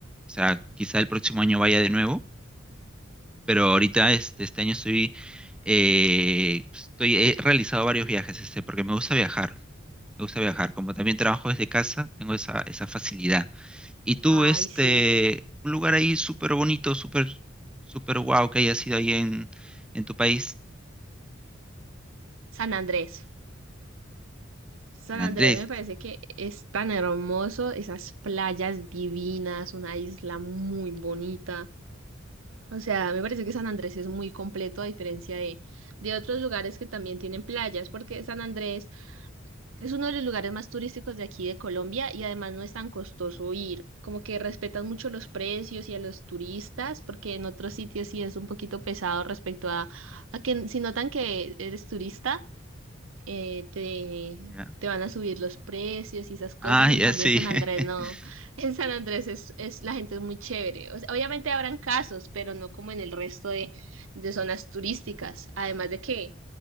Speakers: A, in the centre; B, on the right.
A: O sea, quizá el próximo año vaya de nuevo pero ahorita este, este año estoy, eh, estoy, he realizado varios viajes, este, porque me gusta viajar, me gusta viajar, como también trabajo desde casa, tengo esa, esa facilidad. Y tú,
B: Ay,
A: este,
B: sí.
A: un lugar ahí súper bonito, súper, súper guau que hayas ido ahí en, en tu país,
B: San Andrés. San
A: San
B: Andrés
A: Andrés,
B: me parece que es tan hermoso, esas playas divinas, una isla muy bonita. O sea, me parece que San Andrés es muy completo a diferencia de, de otros lugares que también tienen playas, porque San Andrés es uno de los lugares más turísticos de aquí de Colombia y además no es tan costoso ir. Como que respetan mucho los precios y a los turistas, porque en otros sitios sí es un poquito pesado respecto a, a que si notan que eres turista eh, te,
A: ¿ya?
B: te van a subir los precios y esas cosas.
A: Ah,
B: En
A: ya
B: cambio,
A: sí.
B: en San
A: <laughs>
B: Andrés no. <laughs> En San Andrés es, es la gente es muy chévere. O sea, obviamente habrán casos, pero no como en el resto de, de zonas turísticas. Además de que,